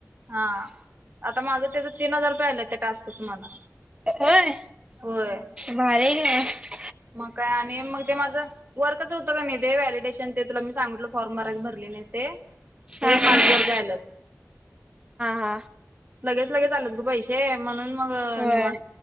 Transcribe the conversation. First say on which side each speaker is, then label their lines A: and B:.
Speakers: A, on the right; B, on the right.
A: हा आता माझं त्याच तीन हजार रुपये आल्या त्या टास्कच मला.
B: होय
A: होय
B: भारी आहे की मग.
A: मग काय आणि मग ते माझं. वर्कच होतं का नाही ते व्हॅिडेशन ते तुला मी सांगितलं फॉर्म भरायचं भरली नाही ते. त्याचा
B: हा हा
A: पाच हजार रुपये आला
B: हा
A: लगेच लगेच आलत ग पैसे. म्हणून मग
B: होय
A: निवांत